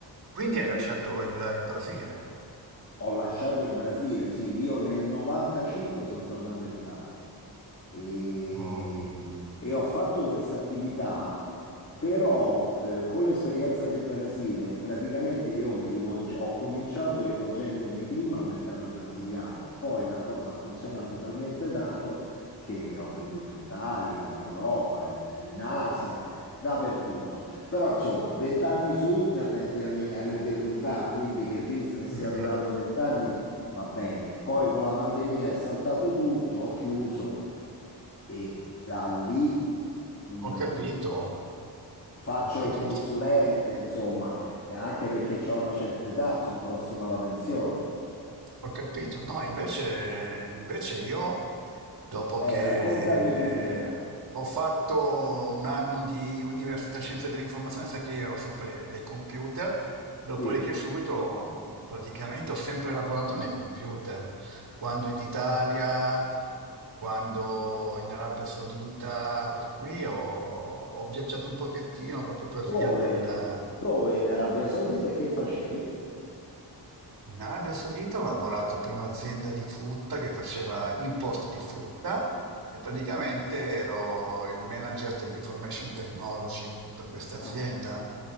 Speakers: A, on the right; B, on the left.
A: quindi hai
B: l-
A: lasciato il, il Brasile?
B: ho lasciato il Brasile, sì, io nel 95 sono tornato in Italia. E,
A: Oh.
B: e ho fatto questa attività, però eh, con l'esperienza del Brasile, praticamente io mi rivolge- ho cominciato rivolgendomi prima al mercato brasiliano, poi la cosa ha funzionato talmente tanto che ho venduto in Italia, in Europa, in, in Asia, dappertutto. Però insomma, vent'anni su internet è un- è un'eternità, quindi che il business
A: Mm,
B: sia durato
A: mm.
B: vent'anni va bene. Poi con la pandemia è saltato tutto, ho chiuso e da lì mh,
A: Ho capito,
B: faccio
A: ho capito.
B: il consulente, insomma, e anche perché ho una certa età, sono prossima alla pensione.
A: Ho capito, no, invece, invece io, dopo
B: Eh,
A: che
B: raccontami di te, da.
A: ho fatto un anno di Università Scienze dell'Informazione, sai che io ero sempre nei computer, dopodiché
B: Sì.
A: subito praticamente ho sempre lavorato nei computer, quando in Italia, quando in Arabia Saudita, per cui ho, ho viaggiato un pochettino proprio
B: Dove,
A: per via del,
B: dove in Arabia Saudita e che facevi?
A: In Arabia Saudita ho lavorato per un'azienda di frutta che faceva import di frutta e praticamente
B: Mm.
A: ero il manager dell'information technology per questa azienda.
B: Ah,